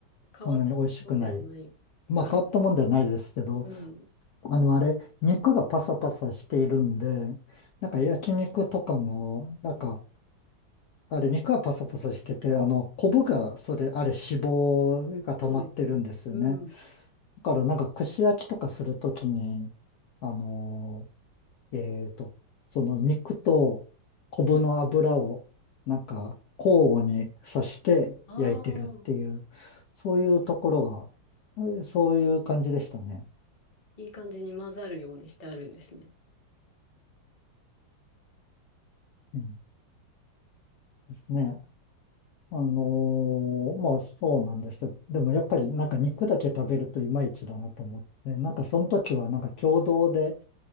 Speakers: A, on the left; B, on the left.
A: 変わったのではないか。
B: そんなに美味しくない。まあ、変わったもんではないですけど、
A: うん。
B: あの、あれ、肉がパサパサしているんで、なんか焼肉とかも、なんか、あれ、肉がパサパサしてて、あの、コブが、それ、あれ、脂肪が溜まってるんですよね。
A: そうですね。うん。
B: だから、なんか、串焼きとかするときに、あのえーと、その肉と昆布の油をなんか交互に刺して焼いてるっていう、
A: ああ、
B: そういうところが、えーそういう感じでしたね。
A: いい感じに混ざるようにしてあるんですね。
B: うんですね。あのーまあそうなんですけど、でもやっぱりなんか肉だけ食べるといまいちだなと思って、なんかその時はなんか共同で